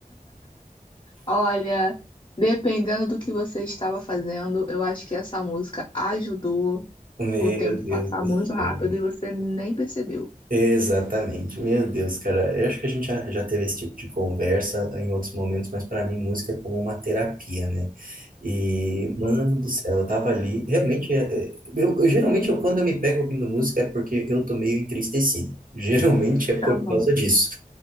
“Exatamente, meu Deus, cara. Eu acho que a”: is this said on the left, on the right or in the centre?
Right